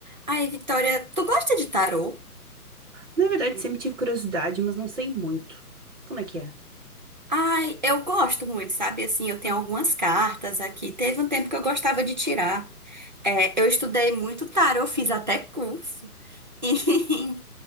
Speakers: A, on the right; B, on the right.
A: Ai, Vitória, tu gosta de tarô?
B: Na verdade, sempre tive curiosidade, mas não sei muito. Como é que é?
A: Ai, eu gosto muito, sabe? Assim, eu tenho
B: Hum,
A: algumas cartas aqui. Teve um tempo que eu gostava de tirar. É, eu estudei muito tarô, fiz até curso. <laughs> Em,